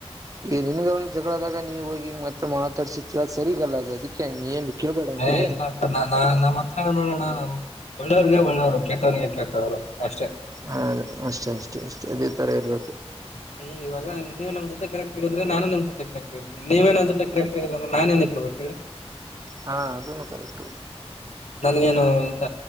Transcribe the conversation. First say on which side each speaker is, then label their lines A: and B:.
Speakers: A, on the right; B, on the left.
A: ಈಗ ನಿನ್ಗ ಅವನ ಜಗಳದಾಗ ನೀವ್ ಹೋಗಿ ಮತ್ತೆ ಮಾತಾಡ್ಸಕ್ಕೀ ಸರಿಗಲ್ಲ ಅದು ಅದಕ್ಕೆ ಏನ್ ಕೇಳ್ಬೇಡ ಅವನ್ಗೆ
B: ಏ ಇಲ್ಲಪ್ಪ ನಾ ನಮ್ಮ್ ಹತ್ರ ನೋಡೋಣ ನಾವು ಒಳ್ಳೆಯವರಿಗೆ ಒಳ್ಳೆಯವರು ಕೆಟ್ಟವರಿಗೆ ಕೆಟ್ಟವರು ಅಷ್ಟೇ.
A: ಹಾ ಅಷ್ಟೇ ಅಷ್ಟೇ ಅಷ್ಟೇ ಇದೇ ತರ ಇರ್ಬೇಕು
B: ಹ್ಮ್ ಇವಾಗ ನೀವು ನಮ್ಮ ಜೊತೆ ಕರೆಕ್ಟಾಗಿ ಇದ್ರೆ ನಾನು ಕರೆಕ್ಟ್ ಆಗ ನೀವೆ ನನ್ನ ಜೊತೆ ಕರೆಕ್ಟಾಗಿ ಇಲ್ಲಾಂದ್ರೆ ನಾನ್ ಏನಕೆ ಇರ್ಬೇಕ ಹೇಳಿ
A: ಹಾ ಅದನ್ನು ಸ್ವಲ್ಪ
B: ಒನ್ನಲಾಗೇನ ಆತ